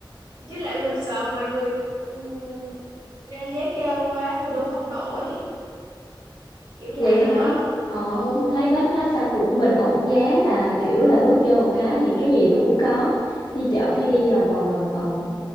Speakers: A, on the right; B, on the left.
A: Với lại mình sợ mọi người ừm, ra giá cao quá, mình đu không nổi. Kiểu vậy
B: Vậy hả?
A: á.
B: Ờ,
A: Ừ.
B: không thấy bách hóa xanh cũng bình ổn giá mà kiểu là bước vô một cái thì cái gì nó cũng có. Đi chợ phải đi lòng vòng lòng vòng.